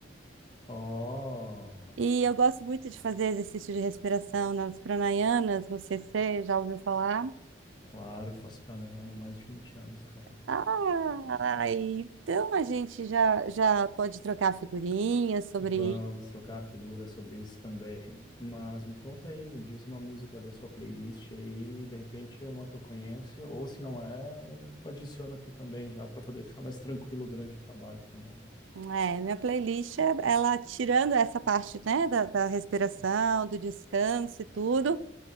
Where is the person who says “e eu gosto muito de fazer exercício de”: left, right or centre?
Right